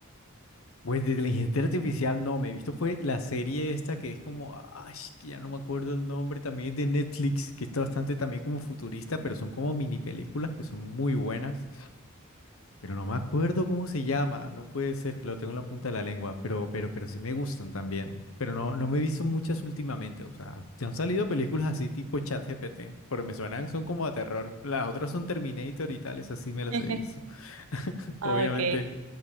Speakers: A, on the left; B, on the right.
A: Pues de inteligencia artificial no, me he visto fue la serie esta que es como, ay, que ya no me acuerdo el nombre, también es de Netflix, que está bastante también como futurista, pero son como mini películas que son muy buenas, pero no me acuerdo cómo se llama, no puede ser que lo tengo en la punta de la lengua, pero, pero, pero sí me gustan también, pero no, no me he visto muchas últimamente, o sea, ya han salido películas así tipo ChatGPT, porque me suenan, son como a terror, las otras son Terminator y tales, así me las
B: <laughs>
A: he visto. <laughs>
B: Ah,
A: Obviamente,
B: ok.